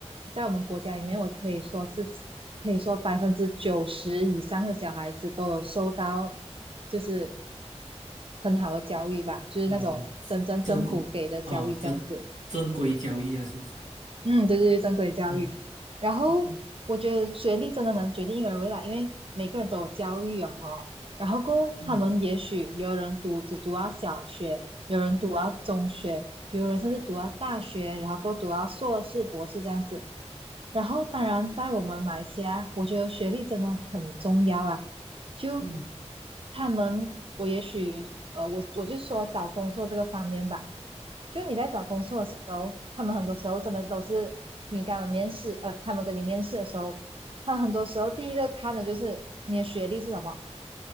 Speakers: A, on the right (about 50°); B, on the right (about 85°).
A: 在我们国家里面，我可以说是。可以说百分之九十以上的小孩子都有受到就是很好的教育吧，就是那种真正政府给的教育这样子。
B: 哦，哦，真规哦，真真规交易啊，是不是？
A: 嗯，对对对，正规教育。
B: 嗯
A: 然后我觉得学历真的能决定一个人未来，
B: ，OK，
A: 因为每个人都有教育哦吼。然后过后他们也许有人读只读到小学，
B: 嗯
A: 有人读到中学，有人甚至读到大学，然后过后读到硕士、博士这样子。然后当然，在我们马来西亚，我觉得学历真的很重要啊。就
B: 嗯
A: 他们，我也许呃，我我就说找工作这个方面吧。就你在找工作的时候。他们很多时候真的都是你跟他们面试，呃，他们跟你面试的时候，他很多时候第一个看的就是你的学历是什么，